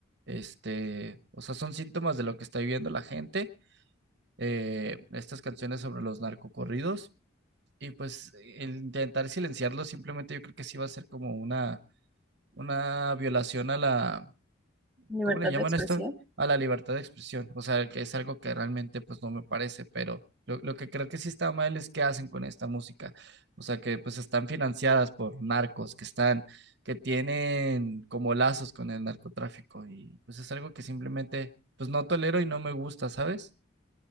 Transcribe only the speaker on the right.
este, o sea, son síntomas de lo que está viviendo la gente, eh, estas canciones sobre los narcocorridos, y pues el intentar silenciarlo simplemente yo creo que sí va a ser como una, una violación a la,
¿cómo le llaman
esto? A la libertad de expresión. O sea, que es algo que realmente pues no me parece, pero lo, lo que creo que sí está mal es qué hacen con esta música. O sea, que pues están financiadas por narcos, que están, que tienen como lazos con el narcotráfico y pues es algo que simplemente pues no tolero y no me gusta, ¿sabes?